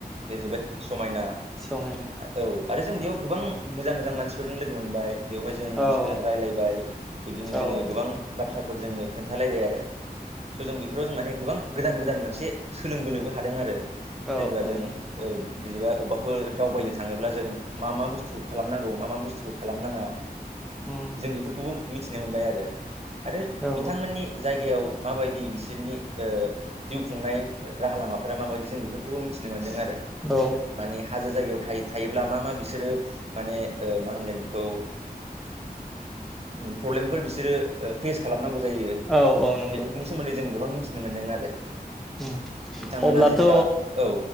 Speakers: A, on the right (about 40°); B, in the centre.
A: जे जोबोद समायना।
B: सहायना
A: औ आरो जों बेयाव गोबां मोजां मोजां मानसिफोरजों लोगो मोनबाय। बेवहाय जों
B: औ
A: बिसोरजों रायलायबाय। बिब्दिनो
B: औ
A: जोङो गोबां बाथ्राफोर जोङो खोन्थालायबाय आरो। स' जों बेफोराव जों माने गोबां गोदान गोदान मोनसे सोलोंबोनोबो हादों आरो।
B: औ
A: जेनेबा
B: औ
A: जों ओ बिदिबा अबबाफोर दावबायनो थाङोब्ला जों मा मा बुस्थुखौ खालामनांगौ, मा मा बुस्थुखौ खालामनाङा,
B: उम।
A: जों बेफोरखौबो मिथिनो मोनबाय आरो। आरो
B: औ
A: बिथांमोननि जायगायाव माबायदि बिसोरनि ओ जिउ खुंनाय राहा लामाफोरा माबायदि जों बेफोरखौबो मिथिनो मोन्दों आरो।
B: औ
A: माने हाजो जायायाव थायोब्ला मा मा बिसोरो माने ओ मा होनगोन बेखौ ओ प्रब्लेमफोर बिसोरो फेस खालामनांगौ जायो
B: औ औ नंगौ
A: बेफोरनि सोमोन्दै जों गोबां मिथिनो मोन्दों आरो
B: उम
A: बिथांमोना
B: अब्लाथ'
A: जेनेबा औ